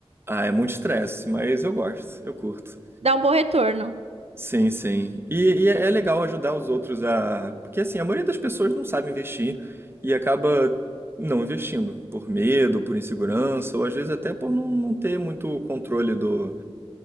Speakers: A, on the right (about 20°); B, on the right (about 75°).
A: Ah, é muito estresse, mas eu gosto, eu curto.
B: Dá um bom retorno.
A: Sim, sim. E, e é é legal ajudar os outros a. Porque assim, a maioria das pessoas não sabe investir e acaba não investindo, por medo, por insegurança, ou às vezes até por não, não ter muito controle do,